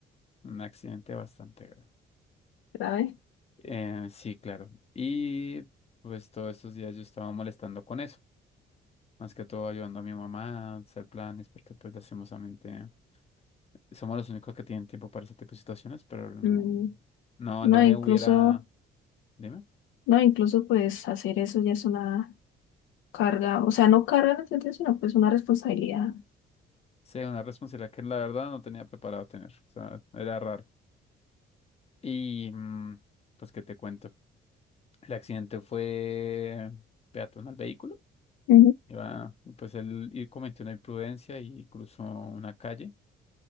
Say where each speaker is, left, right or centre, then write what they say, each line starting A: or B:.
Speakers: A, on the left; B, on the left.
A: Un accidente bastante grave.
B: ¿sabes?
A: Eh, sí, claro. Y pues todos estos días yo estaba molestando con eso. Más que todo ayudando a mi mamá a hacer planes, porque pues lastimosamente somos los únicos que tienen tiempo para ese tipo de situaciones, pero no,
B: Mm,
A: no,
B: no,
A: no
B: incluso,
A: me hubiera, dime,
B: no, incluso pues hacer eso ya es una carga, o sea, no carga en el sentido, sino pues una responsabilidad.
A: sí, una responsabilidad que la verdad no tenía preparado tener, o sea, era raro. Y mm, pues que te cuento, el accidente fue peatón al vehículo,
B: Ujú.
A: iba, pues él ir- cometió una imprudencia y cruzó una calle